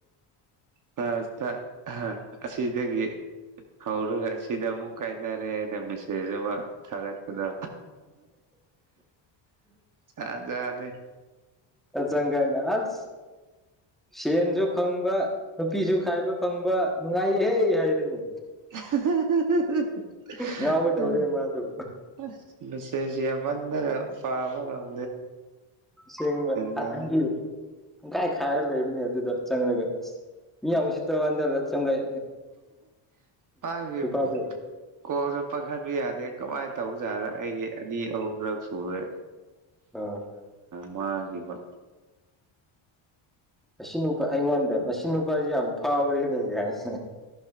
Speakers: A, on the right; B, in the centre.
A: ꯑ ꯑꯁꯤꯗꯒꯤ ꯍꯧꯔꯒ ꯁꯤꯗ ꯑꯃꯨꯛ ꯀꯥꯏꯅꯔꯦꯅ ꯃꯦꯁꯦꯖ ꯑꯃ ꯊꯥꯒꯠꯄꯗ ꯆꯠ ꯖꯥꯅꯤ
B: ꯆꯪꯒꯥꯥꯏꯅꯦ ꯑꯁ ꯁꯦꯟꯁꯨ ꯐꯪꯕ ꯅꯨꯄꯤꯁꯨ ꯈꯥꯏꯕ ꯐꯪꯕ ꯅꯨꯡꯉꯥꯏꯍꯩ ꯍꯥꯏꯔꯤꯅꯦ
A: ꯑ <unintelligible>
B: ꯉꯥꯎꯒꯗꯧꯔꯦ ꯃꯥꯗꯣ
A: ꯃꯦꯁꯦꯁ ꯌꯥꯝꯅꯗꯅ ꯄꯥꯕꯉꯝꯗꯦ
B: ꯁꯦꯡꯕ
A: ꯇꯥꯗꯦ
B: ꯇꯪꯈꯥꯏ ꯈꯥꯏꯔꯒ ꯂꯩꯔꯝꯅꯦ ꯑꯗꯨꯗ ꯆꯪꯂꯉꯒ ꯃꯤ ꯌꯥꯝ ꯎꯁꯤꯠꯇ ꯍꯟꯗꯂ ꯆꯪꯒꯥꯏ
A: ꯄꯥꯒꯦ
B: ꯅꯨꯄꯥꯗꯣ
A: ꯀꯣꯜꯁꯨ ꯄꯥꯈꯠꯕ ꯌꯥꯗꯦ ꯀꯃꯥꯏꯅ ꯇꯧꯖꯥꯠꯅ ꯑꯩꯒꯤ ꯑꯅꯤ ꯑꯍꯨꯝ ꯔꯛꯁꯨꯔꯦ
B: ꯑꯥ
A: ꯃꯥꯡꯈꯤꯕ
B: ꯑꯁꯤ ꯅꯨꯄꯥ ꯑꯩꯉꯣꯟꯗ ꯃꯁꯤ ꯅꯨꯄꯥꯁꯦ ꯌꯥꯝ ꯐꯥꯎꯔꯦꯅꯦ ꯒꯥꯏꯅ